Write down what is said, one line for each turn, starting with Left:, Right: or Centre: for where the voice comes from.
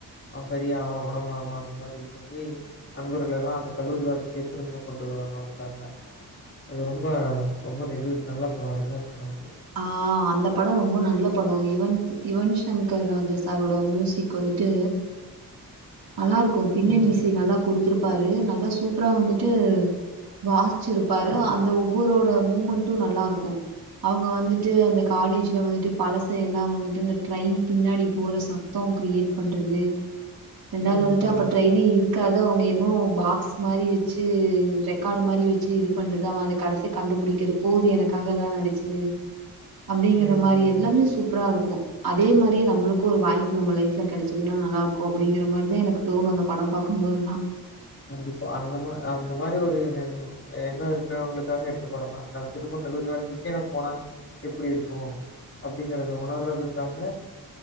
Left: அவன் சரியாவான் குணமாவான் அந்த மாரி சொல்லி நண்பர்கள் எல்லாம் அந்த கல்லூரி வாழ்க்கையை திரும்ப கொண்டு வருவாங்க அவனுக்காக அது ரொம்ப ரொம்ப நெ நல்ல படம் அருமையான படம் அது
Right: ஆ அந்த படம் ரொம்ப நல்ல படம் யுவன் யுவன் சங்கர் ராஜா சாரோட மியூசிக் வந்துட்டு நல்லா இருக்கும் பின்னணி
Left: ம்
Right: இசை நல்லா கொடுத்துருப்பாரு நல்லா சூப்பரா வந்துட்டு வாசிச்சு இருப்பாரு அந்த ஒவ்வொரோட மூமெண்ட்டும் நல்லா இருக்கும் அவுங்க வந்துட்டு அந்த காலேஜில்ல வந்துட்டு பழசெல்லாம் வந்துட்டு அந்த ட்ரெயின் பின்னாடி போற சத் தம் கிரியேட் பண்றது ரெண்டாவது
Left: ம்
Right: வந்துட்டு அப்ப ட்ரெயின்னே இருக்காது ப்ரோ நீ இன்னும் பாக்ஸ் மாரி வச்சு ரெக்கார்டு மாரி வச்சு இது பண்றது அவ அத கடைசியா கண்டுபிடிக்கிற போது எனக்காக எல்லாம் நடிச்சது அப்டிங்கிற
Left: ம் ம்
Right: மாரி எல்லாமே சூப்பரா இருக்கும் அதே மாரி நம்மளுக்கும் ஒரு வாய்ப்பு நம்ம லைப்ல கிடைச்சதுன்னா நல்லா இருக்கும் அப்படிங்கிற மாரிதான் எனக்கு தோணும் அந்த படம் பார்க்கும் போதல்லாம்
Left: கண்டிப்பா அந்த மா அந்த மாரி ஒரு நி என்ன இருக்கிறவங்களுக்காக எடுத்த படம் தா நா திரும்ப கல்லூரி வாழ்க்கைகே போனா எப்டி இருக்கும் அப்டிங்கறத உணர்றதுக்காக